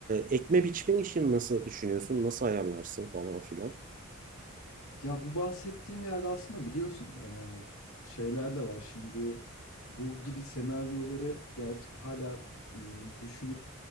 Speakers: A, on the right (about 35°); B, on the left (about 80°).
A: ekme biçme işini nasıl düşünüyorsun? Nasıl ayarlarsın falan filan?
B: Ya bu bahsettiğim yerde aslında biliyorsun eee, şeyler de var. Şimdi bu gibi senaryoları ger hala m, düşünüp